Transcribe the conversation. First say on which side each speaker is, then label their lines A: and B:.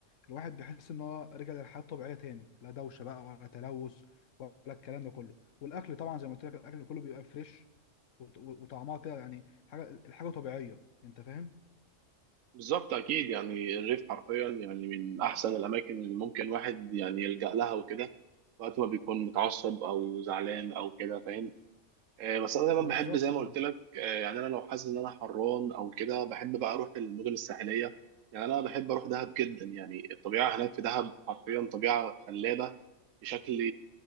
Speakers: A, on the left; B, on the right.
A: الواحد بيحس ان هو رجع للحياه الطبيعيه تاني لا دوشه بقى ولا تلوث ولا الكلام ده كله والاكل طبعا زي ما قلت لك الاكل كله بيبقى فريش وط- وطعمها كده يعني حاجه الحاجه طبيعيه انت فاهم
B: بالظبط اكيد يعني الريف حرفيا يعني من احسن الاماكن اللي ممكن واحد يعني يلجأ لها وكده وقت ما بيكون متعصب او زعلان او كده فاهم آه، بس انا دايما
A: بالظبط
B: بحب زي ما
A: كده،
B: قلت لك آه، يعني انا لو حاسس ان انا حران او كده بحب بقى اروح المدن الساحليه يعني انا بحب اروح دهب جدا يعني الطبيعه هناك في دهب حرفيا طبيعه خلابه بشكل